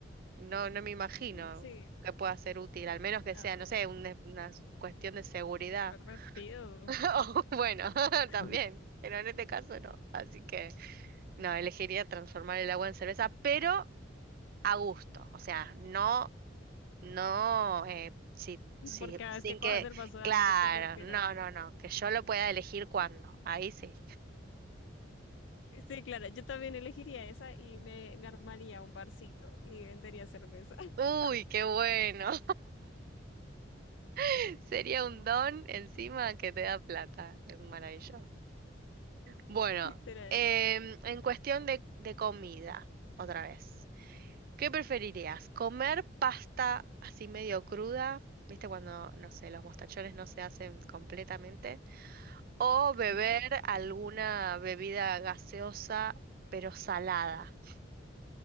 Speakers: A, on the right; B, on the left.
A: no, no me imagino
B: Sí.
A: que pueda ser útil, al menos que
B: No,
A: sea, no sé, un- una cuestión de seguridad.
B: pervertido.
A: <laughs> O bueno, <laughs>
B: <laughs>
A: también, pero en este caso no. Así que no, elegiría transformar el agua en cerveza, pero a gusto, o sea, no, no, eh, si,
B: No
A: si-
B: por cada
A: sin
B: vez que cojas
A: que,
B: el vaso de
A: claro,
B: agua se convertirá
A: no, no, no, que yo lo pueda elegir cuándo, ahí sí.
B: Sí, claro, yo también elegiría esa y me, me armaría un barcito y vendería cerveza, <laughs>
A: Uy, qué bueno, <laughs> sería un don encima que te da plata, es maravilloso. Bueno,
B: literal.
A: em, en cuestión de, de comida, otra vez, ¿qué preferirías? ¿Comer pasta así medio cruda? ¿Viste cuando, no sé, los mostachones no se hacen completamente? O beber
B: Ajá.
A: alguna bebida gaseosa, pero salada.